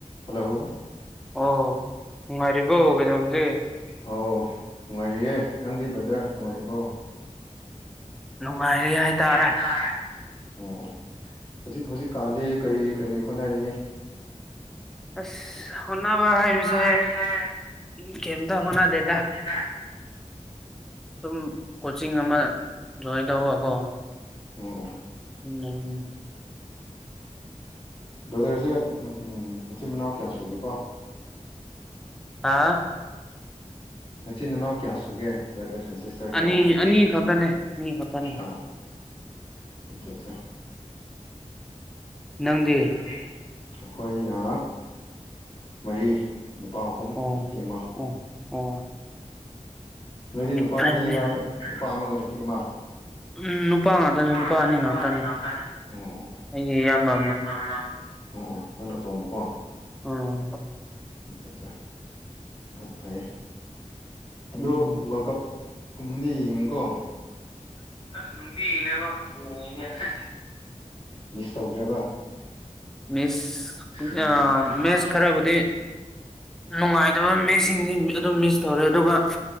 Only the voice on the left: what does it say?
Hello
ꯑꯧ ꯅꯨꯡꯉꯥꯏꯔꯤꯌꯦ ꯅꯪꯗꯤ ꯕ꯭ꯔꯗꯔ ꯅꯨꯡꯉꯥꯏꯔꯤꯕꯣ
ꯉꯥꯏꯔꯤꯌꯦ
ꯍꯥꯏ ꯇꯥꯔꯦ ꯑꯣ ꯍꯨꯖꯤꯛ ꯍꯨꯖꯤꯛꯀꯥꯟꯗꯤ ꯀꯔꯤ ꯀꯔꯤ ꯍꯣꯠꯅꯔꯤ
ꯍꯥꯏꯕꯁꯦ
ꯀꯩꯝꯇ
ꯍꯣꯠꯅꯗꯦꯗ
ꯑꯣ ꯑꯣ
ꯕ꯭ꯔꯗꯔꯁꯦ ꯃꯆꯤꯟ ꯃꯅꯥꯎ ꯀꯌꯥ ꯁꯨꯒꯦꯀꯣ
ꯅꯆꯤꯟ ꯅꯅꯥꯎ ꯀꯌꯥ ꯁꯨꯒꯦ ꯕ꯭ꯔꯗꯔꯁ ꯑꯦꯟ ꯁꯤꯁ ꯇꯔ
ꯀꯌꯥ ꯂꯩꯒꯦ
ꯑꯣ ꯑꯠꯆꯥꯆꯥ
ꯑꯩꯈꯣꯏꯅ ꯃꯔꯤ ꯅꯨꯄꯥ ꯑꯍꯨꯝ
ꯅꯨꯄꯤ ꯑꯃ
ꯅꯣꯏꯗꯤ ꯅꯨꯄꯥ
ꯑꯅꯤꯔ ꯅꯨꯄꯥ ꯑꯃꯒ ꯅꯨꯄꯤ ꯑꯃ
ꯑꯣ ꯍꯣꯏ
ꯅꯨꯄꯥ ꯑꯅꯤ ꯉꯥꯛꯇꯥꯅꯤ <unintelligible>
ꯑꯃ ꯑꯃ ꯑꯣ ꯑꯣ ꯅꯪꯅ ꯑꯇꯣꯝꯕꯀꯣ
ꯑꯠꯆꯥ ꯑꯠꯆꯥ ꯌꯥꯝ ꯐꯩꯌꯦ ꯑꯗꯣ
ꯋꯥꯔꯜ ꯀꯞ ꯀꯨꯝꯕꯗꯤ ꯌꯦꯡꯉꯤꯀꯣ ꯑꯁ ꯅꯨꯡꯇꯤꯒꯤꯅꯦꯕ ꯌꯦꯡꯉꯤꯖꯦ ꯃꯤꯁ ꯇꯧꯗ꯭ꯔꯦꯕ
ꯑꯗꯨꯝ
ꯃꯤꯁ